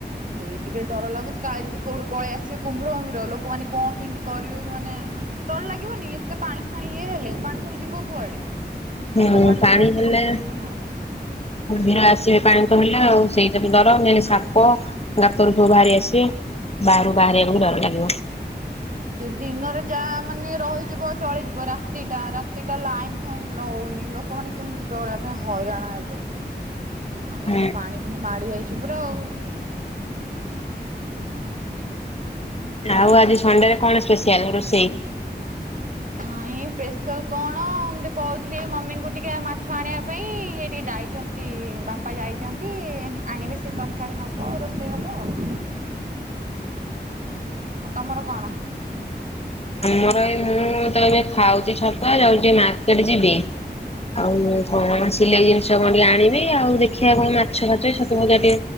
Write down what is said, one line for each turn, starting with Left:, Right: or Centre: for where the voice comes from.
Right: ସେଇ ଟିକେ ଡର ଲାଗୁଛି କାଳେ ଯଦି କୋଉଠୁ ପଳେଇ ଆସିବେ କୁମ୍ଭୀର ଫୁମ୍ଭୀର ଲୋକମାନେ କଣ କେମିତି କରିବେ ମାନେ ଡର ଲାଗିବନି ଏତେ ପାଣି ଫାଣି ଇଏ ହେଲେ, ପାଣି ସବୁ ଯିବ କୁଆଡେ?
Left: ହୁଁ
Right: ବର୍ଷା
Left: ପାଣି
Right: ତ ପଶିକି
Left: ହେଲେ
Right: ହେଇଯିବ ନା।
Left: କୁମ୍ଭୀର ଆସିବେ ପାଣି ତ ହେଲା ଆଉ ସେଇଟା ବି ଡର ମେନ୍ ସାପ ଗାତରୁ ସବୁ ବାହାରି ଆସିବେ, ବାହାରକୁ ବାହାରିବାକୁ ବି ଡର ଲାଗିବ।
Right: ସେ ଦିନରେ ଯାହା ମାନେ ରହିଯିବ ଚଳିଯିବ ରାତିଟା, ରାତିଟା ଲାଇନ୍ ପାଣି ରହୁନି ଲୋକମାନେ କେମିତି ଚଳିବା ପାଇଁ ହଇରାଣ ହେବେ। ଏଇଟା
Left: ହୁଁ
Right: ତ ପାଣି ଫାଣି ମାଡି ଆଇଛି ପୁରା ଆଉ।
Left: ଆଉ ଆଜି ସଣ୍ଡେ ରେ କଣ ସ୍ପେସିଆଲ ରୋଷେଇ।
Right: ନାଇଁ ସ୍ପେଶାଲ କଣ ମୁଁ ଟିକେ କହୁଥିଲି ମମିଙ୍କୁ ଟିକେ ମାଛ ଆଣିବା ପାଇଁ। ହେଇ ଟିକେ ଯାଇ ଛନ୍ତି ବାପା ଯାଇଛନ୍ତି ଆଣିବେ ସେ ତରକାରୀ ହବ। ରୋଷେଇ ହବ ଆଉ। ଆଉ ତମର କଣ?
Left: ଆମର ଏଇ ମୁଁ ତ ଏବେ ଖାଉଛି ଛତୁଆ। ଯାଉଛି ମାର୍କେଟ ଯିବି। ଆଉ ମୁଁ କଣ ସିଲେଇ ଜିନିଷ କଣ ଟିକେ ଆଣିବି। ଆଉ ଦେଖିବା କଣ ମାଛ ଫାଛ ଛତୁ ଭଜା ଟିକେ